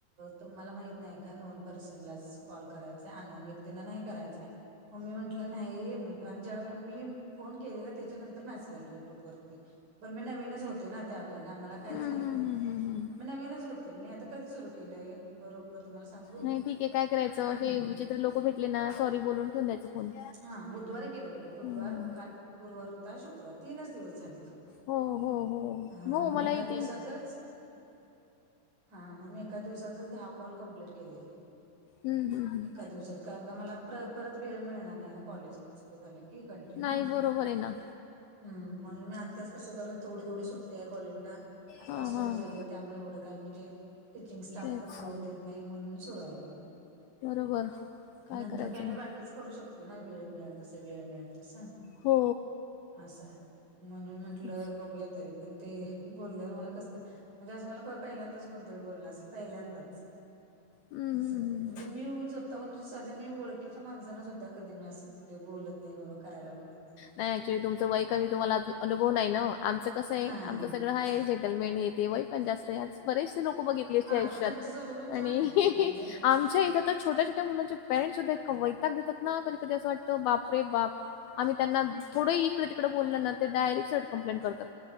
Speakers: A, on the right (about 45°); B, on the left (about 75°).
A: तुम्हाला माहित नाही का नोन पर्सनलाच कॉल करायचा आण व्यक् तीनं नाही करायचय, मग मी म्हंटल नाही म्हंट आणि ज्या वेळेला मी. फोन केलेला त्याच्यानंतर मेसेज आलेला ग्रुपवरती, बर मी नवीनच होते ना त्या वेळेला. काहीच
B: हं,
A: माहित
B: हं,
A: नव्हत,
B: हं, हं, हं.
A: मी नवीनच होते मी आता कधी सुरू केलंय. बरोबर तुम्हाला सांगू
B: नाही ठीक आहे, काय करायचं असे
A: हम्म
B: विचित्र लोक भेटले ना सॉरी बोलून ठेऊन द्यायच फोन.
A: हा बुधवारी गेले बघा बुधवार
B: हं.
A: काल गुरुवार होता शुक्रवार तीनच दिवस झालेत फक्त.
B: हो हो हो,
A: हा
B: हो
A: मग
B: मला
A: एका
B: एक
A: दिवसातच. ह मग मी एका दिवसातच दहा कॉल कमप्लीट केलेली,
B: हं, हं, हं.
A: एका दिवसात. कारण का मला परत - परत वेळ मिळणार नाही. नाही ओ कॉलेज सुरू झाले की कंटिन्यू,
B: नाही बरोबर आहे ना.
A: म्हणून आत्ताच कसं जरा थोडी थोडी सुट्ट्या आहे कॉलेजला, आत्ताच
B: हां,
A: सुरू
B: हां.
A: झालेय त्यामुळे एवढं काय म्हणजे. टीचिंग स्टाफ
B: तेच
A: पण लोड देत नाही म्हणून सुरू आहे.
B: <unintelligible> काय
A: नंतर
B: करायचं मग?
A: मी बाकीच करू शकतोय ना वेळ मिळेल तस वेळ मिळेल तस.
B: हो.
A: अस, म्हणून म्हंटलं
B: तेच.
A: बघूया तरी पण ते. बोलल्यावर मला कसत म्हणजे असं मला पहिल्यांदाच कोणतरी बोलला असेल पहिल्यांदाच.
B: हं,
A: असं,
B: हं, हं.
A: म्हणजे मी होऊन स्वतः हून साधं मी ओळखीच्या माणसना सुद्धा कधी मी असं. म्हणजे बोलत नाही बाबा करायला बघत नाही.
B: नाही ऍक्च्युली तुमचं वय कमी तुम्हाला अनुभव नाही. ना आमच कसं आहे,
A: हा
B: आमचं <unintelligible> सेटलमेंट हे ते व पण जास्त बेचसे लोक बघित यचय
A: हा
B: <unintelligible> आयुष्यात
A: आता तुमचा स्वभाव पण
B: आणि
A: छान आहे आता म्हणजे
B: आमच्या इथ आता छोट्या छोट्या मुलांचे पेरेंट्स सुद्धा इतक वैताक देतात, ना कधी कधी अस वाटतं बापरे.. बाप, आम्ही त्यांना, थोडं इकडे तिकडें बोलल ना, ते डायरेक्ट सट कं्प्लेन करतात.